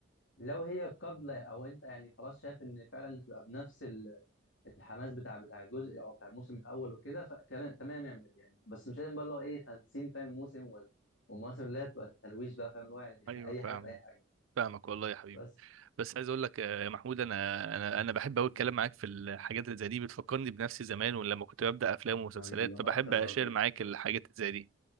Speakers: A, on the left (about 70°); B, on the right (about 80°).
A: لو هي قابلة أو أنت يعني خلاص شايف إن فعلا هتبقى بنفس ال- الحماس بتاع بتاع الجزء أو بتاع الموسم الأول وكده فكمان تمام اعمل يعني بس مش لازم بقى اللي هو إيه 50 فاهم موسم وال- والمواسم اللي هي بتبقى تلويش بقى فاهم اللي هو يعني <laughs>
B: ايوه
A: أي
B: فاهمك
A: حاجة في أي حاجة
B: فاهمك والله يا حبيبي
A: بس
B: بس عايز اقول لك آه، يا محمود انا انا انا بحب قوي الكلام معاك في الحاجات اللي زي دي بتفكرني بنفسي زمان ولما كنت ببدا افلام ومسلسلات
A: حبيبي وأنا
B: فبحب
A: أكتر
B: اشير
A: برضه والله
B: معاك الحاجات اللي زي دي